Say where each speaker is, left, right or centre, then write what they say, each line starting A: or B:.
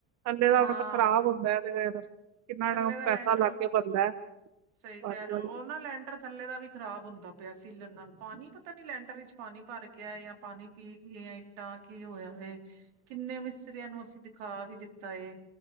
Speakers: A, on the right; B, on the right.
A: ਥੱਲੇ ਦਾ
B: ਹਾਂ
A: ਮਤਲ ਖਰਾਬ ਹੁੰਦਾ ਤੇ, ਕਿੰਨਾ
B: ਥੱਲੇ ਦਾ
A: ਪੈਸਾ
B: ਲੈਂਟਰ
A: ਲੱਗ ਕੇ ਬਣਦਾ ਹੈ
B: ਸਹੀ ਕਹਿ
A: ਵਾਰੀ
B: ਰਹੇ
A: ਵਾਰੀ
B: ਹੋ ਉਹ ਨਾ ਲੈਂਟਰ, ਥੱਲੇ ਦਾ ਵੀ ਖ਼ਰਾਬ ਹੁੰਦਾ ਪਿਆ ਸੀਲਨ ਨਾਲ, ਪਾਣੀ ਪਤਾ ਨੀ ਲੈਂਟਰ ਵਿੱਚ ਪਾਣੀ ਭਰ ਗਿਆ ਜਾਂ ਪਾਣੀ ਪੀ ਗਿਆ ਏ। ਨਾ ਕੀ ਹੋਇਆ ਵੇ। ਕਿੰਨੇ ਮਿਸਤਰੀਆਂ ਨੂੰ ਅਸੀਂ ਦਿਖਾ ਵੀ ਦਿੱਤਾ ਏ।